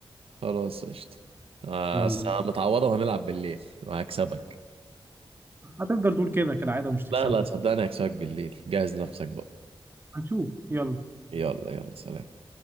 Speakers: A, on the right; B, on the right.
A: خلاص قشطة آه،
B: يلا
A: بس أنا متعوضة وهنلعب بالليل وهكسبك
B: هتفضل تقول كده كالعادة ومش تكسبني
A: لا لا صدقني هكسبك بالليل جهز نفسك بقى
B: هنشوف يلا
A: يلا يلا سلام